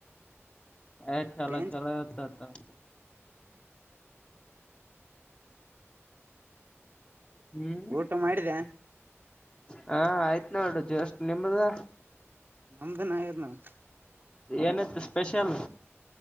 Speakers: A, on the left (about 20°); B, on the right (about 40°).
A: ಆ ಚಲೊ
B: ಡೇಂಜ್
A: ಚಲೊ ಆತ್ತತಗೊ ಹ್ಮ್
B: ಊಟ ಮಾಡಿದೆ
A: ಹಾ ಆಯ್ತ್ ನೋಡೋ ಜಷ್ಟ್ ನಿಮ್ದ
B: ನಮ್ದನ್ ಆಗೇದ ನಾವ
A: ಏನಿತ್ತು ಸ್ಪೆಷಲ್